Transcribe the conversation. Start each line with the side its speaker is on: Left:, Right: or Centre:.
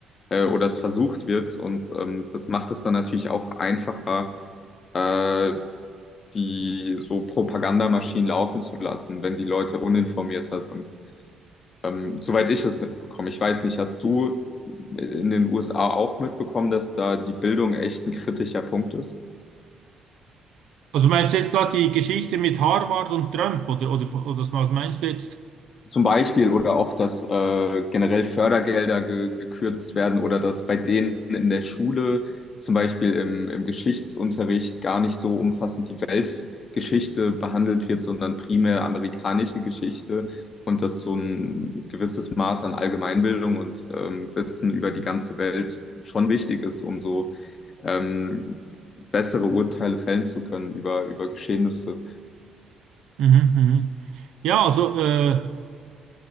Left: äh, oder es versucht wird und ähm, das macht es dann natürlich auch einfacher. äh, die so Propagandamaschinen laufen zu lassen, wenn die Leute uninformierter sind. Ähm, soweit ich es mitbekomme. Ich weiß nicht, hast du in den USA auch mitbekommen, dass da die Bildung echt ein kritischer Punkt ist?
Right: Also meinst du jetzt da die Geschichte mit Harvard und Trump oder, oder, oder was meinst du jetzt?
Left: Zum Beispiel oder auch, dass äh, generell Fördergelder ge gekürzt werden oder dass bei denen in der Schule, zum Beispiel im, im Geschichtsunterricht, gar nicht so umfassend die Weltgeschichte behandelt wird, sondern primär amerikanische Geschichte und dass so ein gewisses Maß an Allgemeinbildung und ähm, Wissen über die ganze Welt schon wichtig ist, um so ähm, bessere Urteile fällen zu können über, über Geschehnisse.
Right: Mhm, mhm. Ja, also äh,